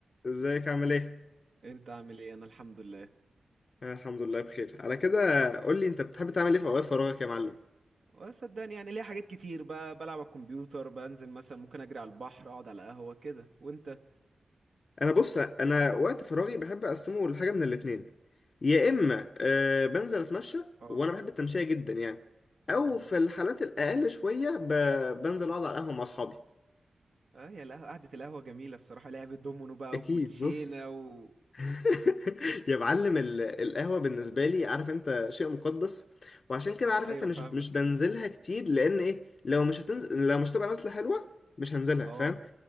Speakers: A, on the left; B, on the right.
A: ازيك عامل ايه؟
B: انت عامل ايه انا الحمد لله
A: انا الحمد لله بخير على كده قول لي انت بتحب تعمل ايه في اوقات فراغك يا معلم
B: وصدقني يعني ليا حاجات كتير ب- بلعب على الكمبيوتر بنزل مثلا ممكن اجري على البحر اقعد على قهوة كده وانت
A: انا بص انا وقت فراغي بحب اقسمه لحاجه من الاتنين يا اما أه بنزل اتمشى
B: اه
A: وانا بحب التمشيه جدا يعني او
B: امم
A: في الحالات الاقل شويه ب... بنزل اقعد على القهوه مع اصحابي
B: اه يا القهوة قعدة القهوة جميلة الصراحة لعبة دومينو بقى
A: اكيد
B: وكوتشينة
A: بص
B: و...
A: <laughs> يا معلم ال- القهوه بالنسبه لي عارف انت شيء مقدس وعشان كده عارف
B: ايوه
A: انت مش
B: فاهمك
A: مش بنزلها كتير لان ايه لو مش هتنزل لو مش تبقى نازله حلوه مش هنزلها
B: اه
A: فاهم